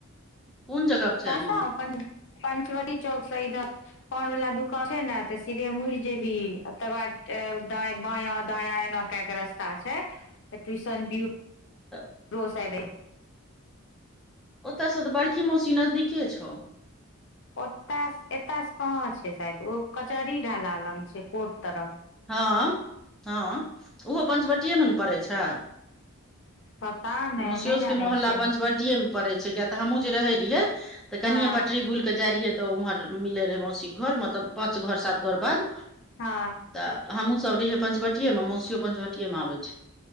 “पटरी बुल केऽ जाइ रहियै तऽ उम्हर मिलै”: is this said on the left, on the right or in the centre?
Centre